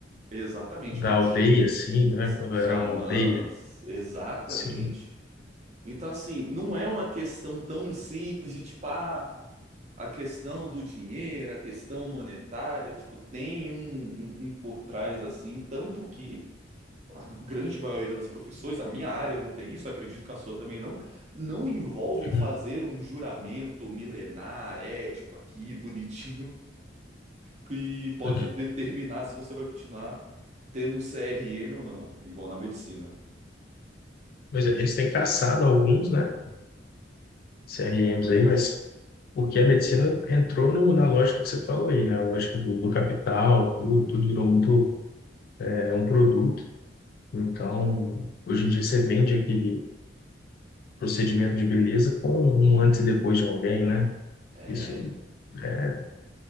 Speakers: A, on the right; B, on the left.
A: exatamente,
B: da
A: cara
B: aldeia, assim, né,
A: s-
B: quando
A: xamãs,
B: era uma aldeia,
A: exatamente.
B: Sim.
A: Então, assim, não é uma questão tão simples de tipo, ah, a questão do dinheiro, a questão monetária, tipo, tem um, um, um por trás assim, tanto que a grande maioria das profissões, a minha área não tem isso, acredito que a sua também não, não envolvem fazer
B: Uhum,
A: um juramento milenar, ético aqui, bonitinho, que pode
B: uhum.
A: determinar se você vai continuar tendo um CRM ou não, igual na medicina.
B: Mas eles têm caçado alguns, né? CRMs aí, mas porque a medicina entrou no, na lógica que você falou aí, né? A lógica do, do capital, tudo, tudo virou muito, é um produto. Então, hoje em dia você vende aquele procedimento de beleza com um antes e depois de alguém, né?
A: É,
B: Isso é,